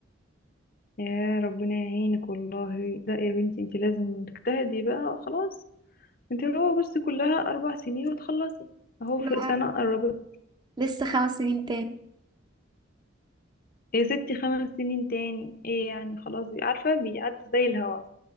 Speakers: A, on the left; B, on the right.
A: يا ربنا يعينك والله لا يا بنتي انت لازم تجتهدي بقى خلاص انت هو بس كلها اربع سنين وتخلصي اهو
B: لا
A: في سنة قربت
B: لسه خمس سنين تاني
A: يا ستي خمس سنين تاني ايه يعني خلاص بي- عارفة بيعدي زي الهوا